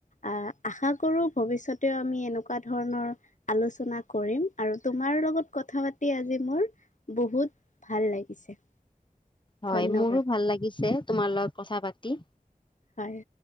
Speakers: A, on the left (about 55°); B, on the left (about 30°).
A: আহ আশা কৰো ভৱিষ্যতেও আমি এনেকুৱা ধৰণৰ আলোচনা কৰিম আৰু তোমাৰ লগত কথা পাতি আজি মোৰ বহুত ভাল লাগিছে।
B: হয়,
A: ধন্যবাদ
B: মোৰো ভাল লাগিছে। তোমাৰ লগত কথা পাতি
A: হয়।